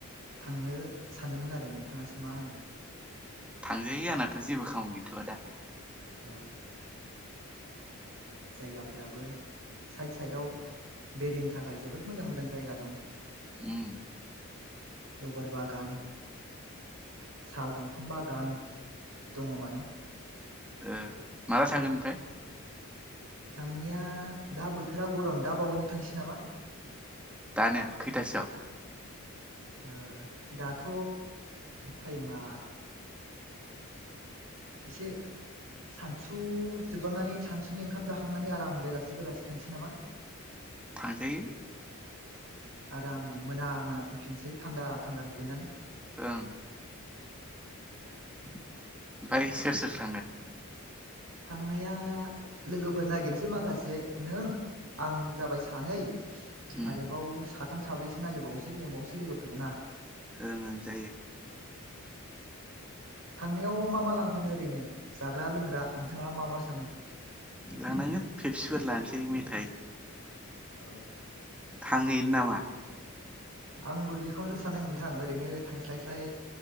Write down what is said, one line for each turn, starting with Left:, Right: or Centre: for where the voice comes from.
Right: थांनो सानदोंमोन आरो नोंथाङासो मा होनो
Centre: थांजायो आंनाथ' जेबो खामानि गैथ'वआ दा
Right: औ। जायगाफोराबो साइद साइदाव बेरायनो थाखाय जोबोद मोजां मोजां जायगा दं
Centre: उम।
Right: लबोर बागान साल दंफां बागान दङ माने
Centre: ओ माला थांगोन ओमफ्राय।
Right: थांनाया दा बोथोरा गरम दा बावैनो थांसै नामा।
Centre: दानो खैथासोआव
Right: ओ दाथ' टाइमा से सानसु जोबांनानै सानसुनि ओंखाम जाखांनानै आराम बेलासि बेलासि थांसै नामा।
Centre: थांजायो।
Right: आरामनो मोना मोना फैफिनसै थान्दा थान्दा दुगैनानै।
Centre: ओं ओमफ्राय सोर सोर थांगोन।
Right: थांनाया लोगोफोर नायागिरनोसै माखासे नों आं जाबाय सानै
Centre: उम
Right: आरोबाव साथाम साब्रैसो नागिरबावनोसै लिंबावनोसै लोगोफोरखौ ना
Centre: ओं ओं जायो।
Right: थांनायाव मा मा लांफानो ओरैनो जाग्रा लोंग्रा नोंथाङा मा मा सानो।
Centre: लांनांगोन फेब्सि लानोसै मेथाइ।
Right: औ।
Centre: थांहैनो नामा
Right: आंबो बेखौनोथ' सानदों नोंथां ओरैनो थांस्लाय स्लाय